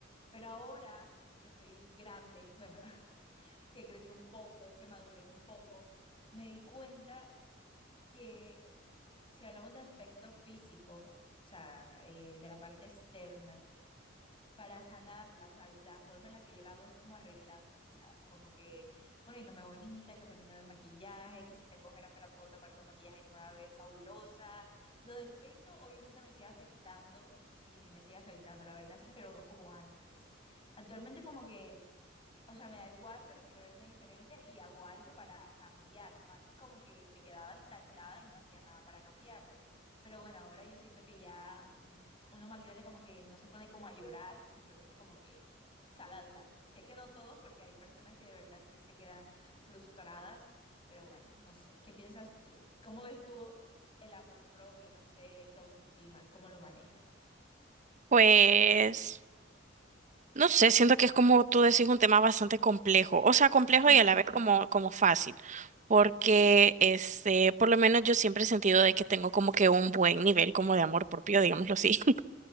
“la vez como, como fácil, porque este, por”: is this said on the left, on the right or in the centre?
Right